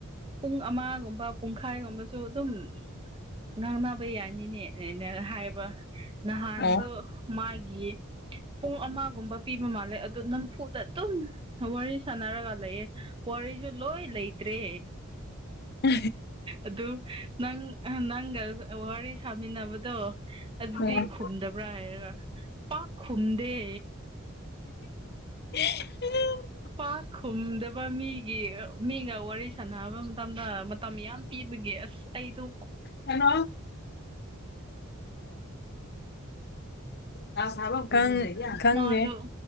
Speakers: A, on the right; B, on the left.
A: ꯄꯨꯡ ꯑꯃꯒꯨꯝꯕ ꯄꯨꯡꯈꯥꯏꯒꯨꯝꯕꯁꯨ ꯑꯗꯨꯝ ꯉꯥꯡꯅꯕ ꯌꯥꯅꯤꯅꯦꯅꯦꯅ ꯍꯥꯏꯕ ꯅꯍꯥꯟꯗꯣ
B: ꯑꯣ
A: ꯃꯥꯒꯤ ꯄꯨꯡ ꯑꯃꯒꯨꯝꯕ ꯄꯤꯕ ꯃꯥꯜꯂꯦ ꯑꯗꯨ ꯅꯝꯐꯨꯗ ꯑꯗꯨꯝ ꯋꯥꯔꯤ ꯁꯥꯟꯅꯔꯒ ꯂꯩꯑ ꯁꯨ ꯂꯣꯏ ꯂꯇ꯭ꯔꯦ
B: ꯍ
A: ꯑꯗꯨ ꯅꯪ ꯅꯪꯒ ꯋꯥꯔꯤ ꯁꯥꯃꯤꯟꯅꯕꯗꯣ
B: ꯎꯝ
A: ꯗꯤ ꯈꯨꯝꯗꯕ꯭ꯔꯥ ꯄꯥꯛ ꯈꯨꯝꯗꯦ
B: ꯎ
A: ꯄꯥꯛꯈꯨꯝꯗꯕ ꯃꯤꯒꯤ ꯃꯤꯒ ꯋꯥꯔꯤ ꯁꯥꯟꯅꯕ ꯃꯇꯝꯗ ꯃꯇꯝ ꯌꯥꯝ ꯄꯤ ꯒꯤ ꯑꯁ ꯑꯩꯗꯨ
B: ꯍꯅꯣ ꯑꯣ ꯈꯪꯗꯦ
A: ꯃꯥꯗꯣ